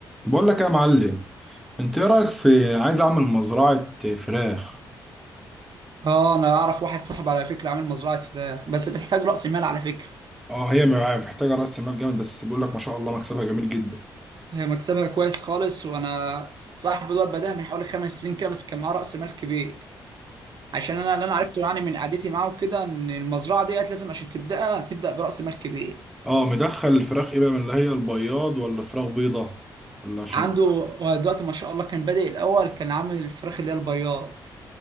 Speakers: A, in the centre; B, on the right.
A: بقول لك يا معلم انت ايه رايك في عايز اعمل مزرعه فراخ
B: اه انا اعرف واحد صاحب على فكره عامل مزرعه فراخ بس بتحتاج راس مال على فكره
A: اه هي معايا محتاجه راس مال جامد بس بقول لك ما شاء الله مكسبها جميل جدا
B: هي مكسبها كويس خالص وانا صاحب دوت بداها من حوالي خمس سنين كده بس كان معاه راس مال كبير عشان انا اللي انا عرفته يعني من قعدتي معاه وكده ان المزرعه ديت لازم عشان تبداها تبدا براس مال كبير
A: اه مدخل الفراخ ايه بقى من اللي هي البياض ولا فراخ بيضه ولا شن
B: عنده هو دلوقتي ما شاء الله كان بادئ الاول كان عامل الفراخ اللي هي البياض